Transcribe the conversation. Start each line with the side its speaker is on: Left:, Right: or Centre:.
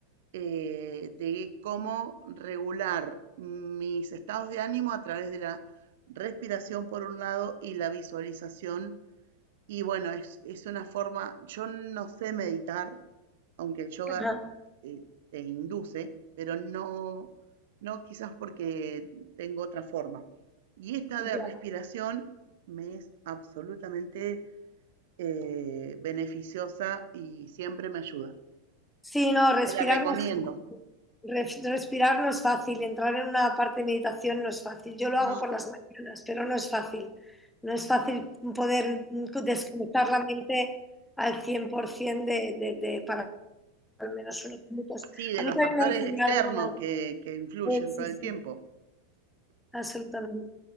Right: eh, de cómo regular mis estados de ánimo a través de la respiración por un lado y la visualización. Y bueno, es, es una forma, yo no sé meditar, aunque el yoga
Centre: Ajá,
Right: eh, te induce, pero no, no quizás porque tengo otra forma. Y esta de
Centre: ya.
Right: respiración me es absolutamente eh, beneficiosa y siempre me ayuda.
Centre: Sí, no, respirar
Right: Te la recomiendo.
Centre: no es, ref- respirar no es fácil. Entrar en una parte de meditación no es fácil. Yo lo
Right: No.
Centre: hago por las mañanas, pero no es fácil. No es fácil poder desconectar la mente al 100% de, de, de, para al menos unos minutos.
Right: Sí, de
Centre: A
Right: los
Centre: mí también
Right: factores
Centre: me
Right: externos
Centre: ha una...
Right: que, que influyen
Centre: Sí, sí,
Right: todo el
Centre: sí.
Right: tiempo.
Centre: Absolutamente.